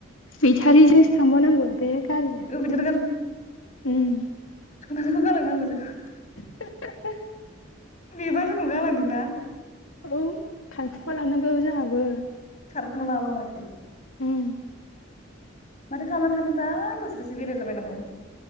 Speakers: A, on the left; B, on the left.
A: बेटारिजोंसो थांबावनांगौ बे गारिया
B: बबेथार
A: उम
B: सनाखौ गालांनांगौ जोंहा <unintelligible>
A: <unintelligible>
B: बेबा जोंखौ गालांदोंना।
A: औ खारखुमा लानांगौ जोंहाबो।
B: खारखोमालांआबा माथो।
A: उम
B: माथो खालामनानै थानोब्रा दसे-दसे बेरायलाबायनांगौ।